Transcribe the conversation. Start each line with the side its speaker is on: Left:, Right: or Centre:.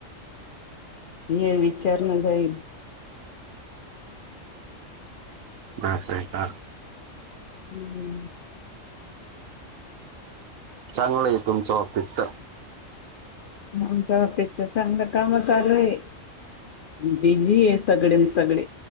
Left: हे विचारण जाईल.
Right: आसय का?
Left: हम्म हम्म.
Right: चांगलंय तुमचं ऑफिसच.
Left: आमच्या ऑफिसच चांगलं काम चालूये. बिझी ए सगळेन सगळे